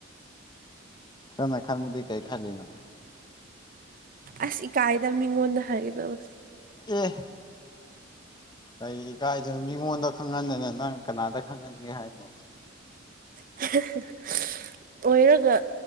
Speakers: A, on the left (about 20°); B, on the right (about 45°).
A: ꯑ ꯅꯪꯅ ꯈꯥꯟꯕꯗꯤ ꯀꯩ ꯈꯜꯂꯤꯅꯣ
B: ꯑꯁ ꯏꯀꯥꯏꯗ ꯃꯤꯉꯣꯟꯗ ꯍꯥꯏꯒꯗꯕꯁꯦ
A: ꯑꯦ ꯀꯩꯒꯤ ꯏꯀꯥꯏꯗꯨ ꯃꯤꯉꯣꯟꯗ ꯈꯪꯍꯟꯗꯅ ꯅꯪ ꯀꯅꯥꯗ ꯈꯪꯍꯟꯒꯦ ꯍꯥꯏꯅꯣ
B: <unintelligible> ꯑꯣꯏꯔꯒ